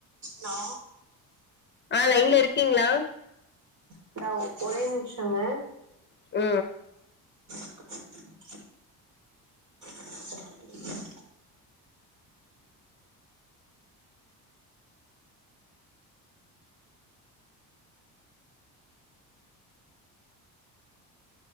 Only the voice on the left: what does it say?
ஆ லைன்ல இருக்கீங்ளா
உ